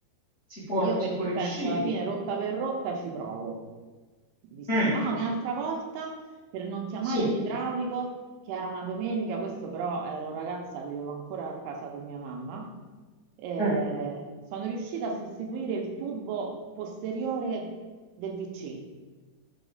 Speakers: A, on the left; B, on the right.
A: si può,
B: Io
A: si
B: perché
A: può riuscire.
B: penso alla fine rotta per rotta ci provo. Visto.
A: Mm,
B: Ah, un'altra volta per non chiamare
A: sì.
B: l'idraulico, che era una domenica, questo però ero ragazza, vivevo ancora a casa con mia mamma. eh,
A: mm.
B: sono riuscita a sostituire il tubo posteriore del VC.